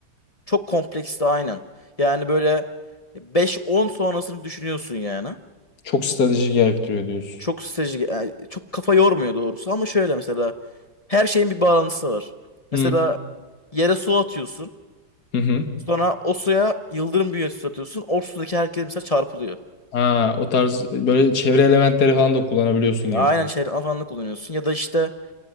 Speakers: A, on the left; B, on the left.
A: çok kompleksti aynen. Yani böyle beş on sonrasını düşünüyorsun yani.
B: çok strateji gerektiriyor diyorsun.
A: Çok strateji yani çok kafa yormuyor doğrusu ama şöyle mesela her şeyin bir bağlantısı var.
B: Hı
A: Mesela yere su atıyorsun.
B: hı. hı.
A: Sonra o suya yıldırım büyücüsü atıyorsun. O sudaki herkes mesela çarpılıyor.
B: Ha, o tarz böyle çevre elementleri falan da kullanabiliyorsun gibi.
A: Aynen şeyler falan da kullanıyorsun. Ya da işte